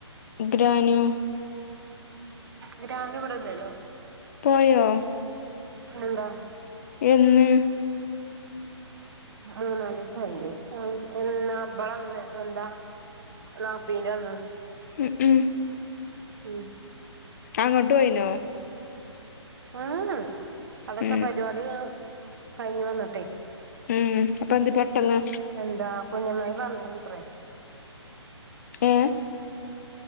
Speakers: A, on the left; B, on the right.
A: ഗ്രാന്നൂ
B: ഗ്രാനു ഇവിടില്ലല്ലോ
A: പോയോ
B: എന്താ
A: എന്ന്
B: മൂന്നാലീസായില്ലേ ആഹ് എന്ന ഇബള് ന്ന് എന്താ നാപ്പീന്റെന്ന്
A: ഉം ഉം
B: ഉം
A: അങ്ങട്ട് പോയിനോ
B: ഉം ഉം അതൊക്കെ
A: ഉം
B: പരിപാടി ക്കെ കയ്ഞ്ഞു വന്ന്ട്ടെ
A: ഉം അപ്പൊ എന്ത് പെട്ടെന്ന്
B: എന്താ കുഞ്ഞമ്മായി പറഞ്ഞുത്രെ
A: ഏഹ്